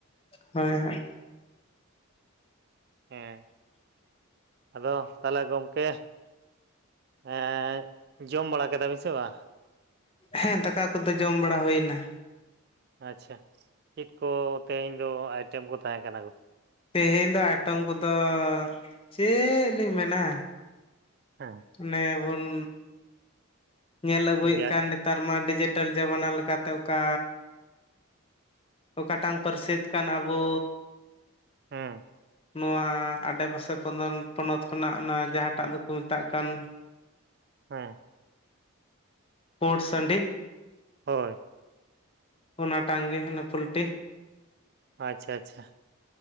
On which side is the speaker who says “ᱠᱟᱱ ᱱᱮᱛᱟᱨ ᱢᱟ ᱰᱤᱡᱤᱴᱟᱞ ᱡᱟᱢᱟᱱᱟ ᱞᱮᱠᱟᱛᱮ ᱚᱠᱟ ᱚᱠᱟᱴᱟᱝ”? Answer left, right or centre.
Left